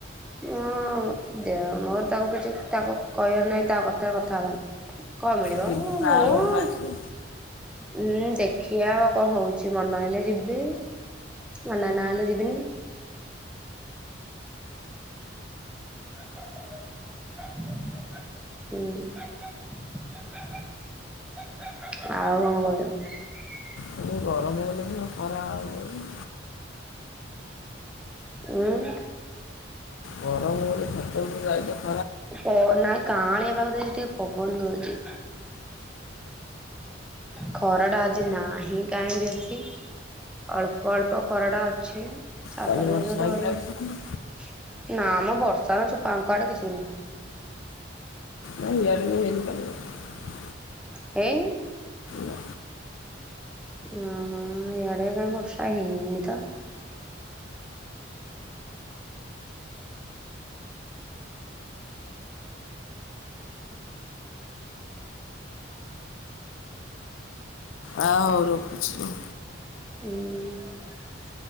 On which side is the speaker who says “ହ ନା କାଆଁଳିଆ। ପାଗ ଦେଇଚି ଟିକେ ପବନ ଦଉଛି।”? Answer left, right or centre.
Centre